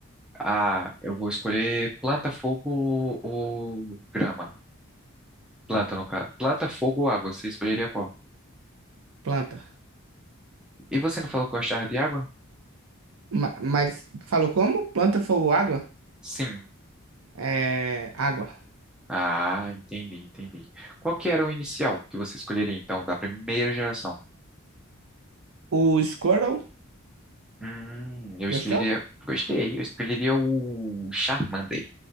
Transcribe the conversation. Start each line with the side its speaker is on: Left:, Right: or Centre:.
Centre: ah, eu vou escolher planta, fogo ou grama? Planta, no caso. Planta, fogo ou água, você escolheria qual?
Right: Planta.
Centre: E você não falou que gostava de água?
Right: Ma- Mas, falou como? Planta, fogo, água?
Centre: Sim.
Right: É, água.
Centre: Ah, entendi, entendi. Qual que era o inicial que você escolheria, então, da primeira geração?
Right: O Squirtle,
Centre: Hum, eu escolheria.
Right: gostou?
Centre: Gostei, eu escolheria o Charmander.